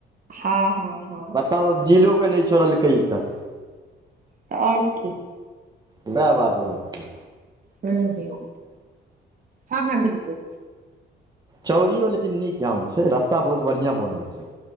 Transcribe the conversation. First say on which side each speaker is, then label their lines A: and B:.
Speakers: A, on the right; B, on the right.
A: हँ हँ हँ
B: बताउ अ जीलो के नहि छोड़लकै ई सब
A: तऽ आओर की
B: वएह बात भ गेलय
A: हू ह हँ हँ बिल्कुल
B: चौरीयो लेकिन नीक गाँव छै रस्ता बहुत बढ़िया बनल छै